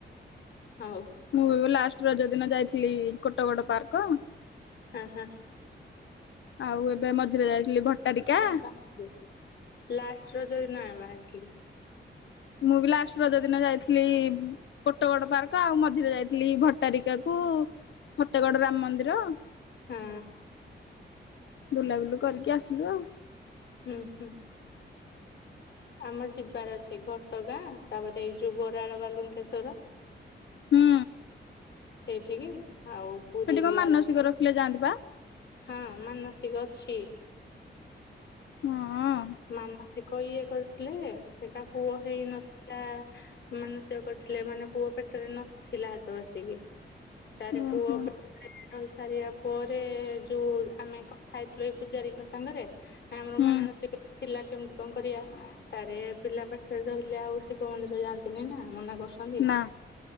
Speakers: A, on the left; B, on the left.
A: ଆଉ
B: ମୁଁ ଲାଷ୍ଟ ରଜ ଦିନ ଯାଇଥିଲି କୋଟ ଗଡ ପାର୍କ।
A: ଆଁ ହାଁ।
B: ଆଉ ଏବେ ମଝିରେ ଯାଇଥିଲି ଭଟାରିକା।
A: ବାହାରିଥିଲୁ ଲାଷ୍ଟ ରଜ ଦିନ ଆ ବାହାରିିଥିଲୁ।
B: ମୁଁ ବି ଲାଷ୍ଟ ରଜ ଦିନ ଯାଇଥିଲି। କୋଟଗଡ ପାର୍କ ଆଉ ମଝିରେ ଯାଇଥିଲି ଭଟାରିକା କୁ। ଫତେଗଡ ରାମ ମନ୍ଦିର
A: ହଁ
B: <inaudible> ବୁଲାବୁଲି କରିକି ଆସିଲୁ ଆଉ।
A: ହୁଁ ହୁଁ। ଆମର ଯିବାର ଅଛି ଘଟଗାଁ ତାପରେ ଏଇ ଯୋଉ ବରାଳ ବାଲୁଙ୍କେଶ୍ଵର।
B: ହୁଁ।
A: ସେଇଠିକି ଆଉ ପୁରୀ
B: ସେଠି କଣ
A: ଯିବାର
B: ମାନସିକ
A: ଅଛି
B: ରଖିଲେ ଯାଆନ୍ତି ପା?
A: ହଁ ମାନସିକ ଅଛି।
B: ହଁ ଅ।
A: ମାନସିକ ଇଏ କରିଥିଲେ ହେଟା ପୁଅ ହେଇନ ଟା ମାନସିକ କରିଥିଲେ ମାନେ ପୁଅ ପେଟ ରେ ନଥିଲା ହେତବଲିକି। ତାର
B: ଓହୋ।
A: ପୁଅ ପେ ରହି ସାରିବା ପରେ ଯୋଉ ଆମେ କଥା ହେଇଥିଲୁ ଏଇ ପୂଜାରୀଙ୍କ ସାଙ୍ଗରେ। ନାଁ ଆମର
B: ହୁଁ
A: ମାନସିକ ଥିଲାା କେମିତି କଣ କରିବା ତାପରେ ପିଲା ପେଟରେ ରହିଲେ ଆଉ ଶିବ ମନ୍ଦିର ଯାଆନ୍ତିନି ନା ମନା କରୁଛ ଛନ୍ତି।
B: ନା